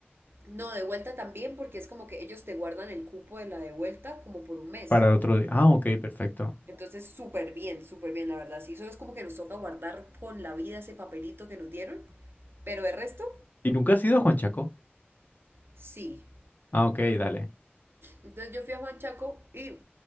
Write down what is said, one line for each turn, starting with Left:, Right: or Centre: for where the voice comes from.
Right: No, de vuelta también, porque es como que ellos te guardan el cupo de la de vuelta como por un mes.
Left: Para otro día. Ah, ok, perfecto.
Right: Entonces, súper bien, súper bien, la verdad. Sí, solo es como que nos toca guardar con la vida ese papelito que nos dieron. Pero de resto,
Left: ¿Y nunca has ido a Juanchaco?
Right: sí.
Left: Ah, ok, dale.
Right: Entonces yo fui a Juanchaco y